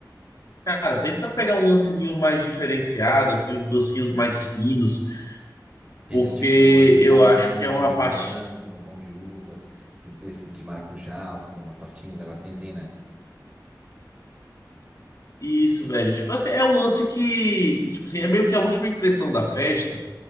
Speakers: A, on the left; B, on the right.
A: cara, tenta pegar um lancezinho mais diferenciado, assim, os docinhos mais finos, porque
B: Esses tipo, esses
A: eu
B: bombom
A: acho que é uma
B: de
A: parte.
B: morango, bombom de uva, esses esses de maracujá, que são umas tortinhas, uns negocinhos assim, né?
A: Isso, velho. Tipo assim, é um lance que, tipo assim, é meio que a última impressão da festa.